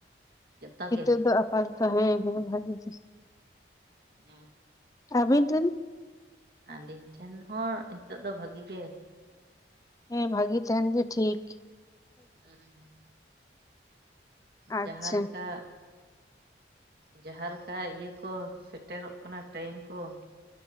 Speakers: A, on the right; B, on the left.
A: ᱡᱚᱛᱚ
B: ᱱᱤᱛᱚᱜ
A: ᱜᱮ
B: ᱫᱚ ᱟᱯᱟᱛᱚᱛᱚ ᱦᱮᱸ ᱦᱮᱸ ᱵᱷᱟᱜᱤ ᱜᱮ <unintelligible>
A: ᱦᱮᱸ
B: ᱟᱹᱵᱤᱱ ᱴᱷᱮᱱ ᱾
A: ᱟᱹᱞᱤᱧ ᱴᱷᱮᱱ ᱦᱚᱸ ᱱᱤᱛᱚᱜ ᱫᱚ ᱵᱷᱟᱹᱜᱤ ᱜᱮ
B: ᱦᱮᱸ ᱵᱷᱟᱹᱜᱤ ᱛᱟᱦᱮᱱ ᱜᱮ ᱴᱷᱤᱠ ᱾
A: ᱦᱮᱸ
B: ᱟᱪᱪᱷᱟ
A: ᱡᱟᱦᱟᱸ ᱞᱮᱠᱟ ᱡᱟᱦᱟᱸ ᱞᱮᱠᱟ ᱤᱭᱟᱹ ᱠᱚ ᱥᱮᱴᱮᱨᱚᱜ ᱠᱟᱱᱟ ᱴᱟᱭᱤᱢ ᱠᱚ ᱾